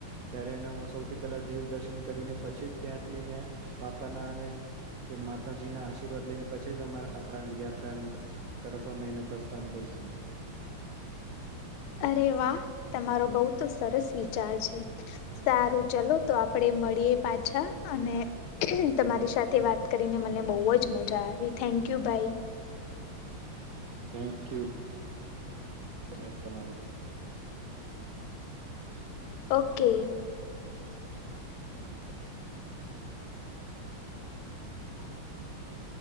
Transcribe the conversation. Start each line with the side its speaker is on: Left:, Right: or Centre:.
Right: ત્યારે એ હ સૌથી પહેલા દેવ દર્શન કરીને પછી ત્યાંથીને બાપાના કે માતાજીના આશીર્વાદ લઈને પછી આપણા યાત્રા તરફ અમે એને પ્રસ્થાન કરશું
Left: અરે વાહ તમારો બઉ તો સરસ વિચ સારું ચલો તો આપડે મળીએ પાછા અને તમારી સાથે વાત કરીને મને બહુ જ મજા આવી થેન્ક યુ ભાઈ
Right: થક ય તમા
Left: ઓકે
Right: <inaudible> <inaudible>